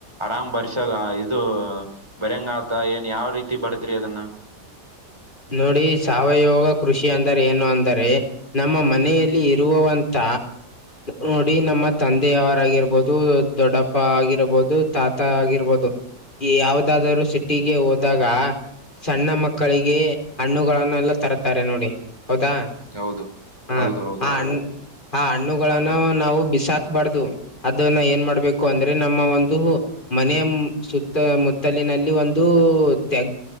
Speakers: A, on the right; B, on the left.
A: ಆರಾಮ್ ಬರ್ಸ್ ಆ ಇದು ಬರ್ಯಂಗ ಆತ ಏನ್ ಯಾವ್ ರೀತಿ ಬರ್ದ್ರಿ ಅದನ್ನ
B: ನೋಡಿ ಸಾವಯವ ಕೃಷಿ ಅಂದರೆ ಏನು ಅಂದರೆ ನಮ್ಮ ಮನೆಯಲ್ಲಿ ಇರುವವಂತ ನೋಡಿ ನಮ್ಮ ತಂದೆಯವರಗಿರ್ಬೋದು ದೊಡ್ಡಪ್ಪ ಆಗಿರ್ಬೋದು ತಾತ ಆಗಿರ್ಬೋದು ಯಾವದಾದರೂ ಸಿಟಿಗೆ ಹೋದಾಗ. ಸಣ್ಣ ಮಕ್ಕಳಿಗೆ. <unintelligible> ಹಣ್ಣುಗಳನ್ನೆಲ್ಲ ತರತ್ತಾರೆ ನೋಡಿ ಹೌದಾ? <unintelligible>
A: ಹೌದು
B: ಹ
A: ಹೌದು ಹೌದು
B: ಆ ಹಣ್ಣ ಆ ಹಣ್ಣುಗಳನ್ನು ನಾವು ಬಿಸಾಕ ಬಾರದು. <unintelligible> ಅದನ್ನ ಏನ್ ಮಾಡಬೇಕು ಅಂದ್ರೆ ನಮ್ಮ ಒಂದು ಮನೆಯ ಸು <unintelligible> ಸುತ್ತ ಮುತ್ತಲಿನಲ್ಲಿ ಒಂದು ತೆಗ್